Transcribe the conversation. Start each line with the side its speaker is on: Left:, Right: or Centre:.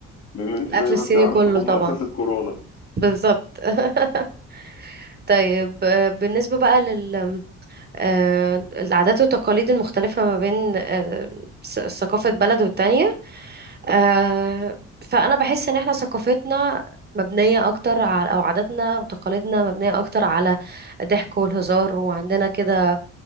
Left: لان انت
Right: الأكل
Left: زي ما
Right: الصيني
Left: انت عارفه
Right: كله
Left: هم
Right: طبعا
Left: اساس الكورونا
Right: بالظبط <laughs> طيب آه، بالنسبة بقى لل آه، العادات والتقاليد المختلفة ما بين آه، ث- ثقافة بلد والتانية آه، فأنا بحس إن إحنا ثقافتنا مبنية أكتر على أو عاداتنا وتقاليدنا مبنية أكتر على الضحك والهزار وعندنا كده